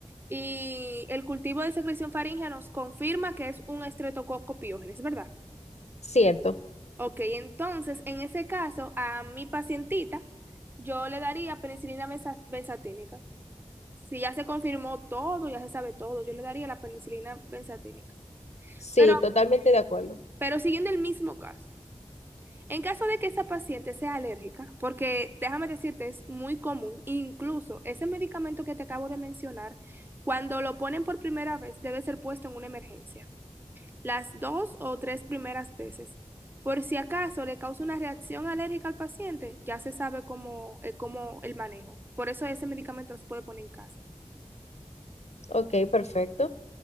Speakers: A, on the right (about 20°); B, on the left (about 75°).
A: Y el cultivo de secreción faríngea nos confirma que es un estreptococo piógenes, ¿verdad?
B: Cierto,
A: Ok, entonces en ese caso, a mi pacientita, yo le daría penicilina besa- benzatínica. Si ya se confirmó todo, ya se sabe todo, yo le daría la penicilina benzatínica.
B: sí,
A: Pero,
B: totalmente de acuerdo.
A: pero siguiendo el mismo caso. En caso de que esa paciente sea alérgica, porque déjame decirte, es muy común, incluso ese medicamento que te acabo de mencionar, cuando lo ponen por primera vez, debe ser puesto en una emergencia, las dos o tres primeras veces. Por si acaso le causa una reacción alérgica al paciente, ya se sabe cómo, eh, cómo el manejo. Por eso ese medicamento no se puede poner en casa,
B: Ok, perfecto.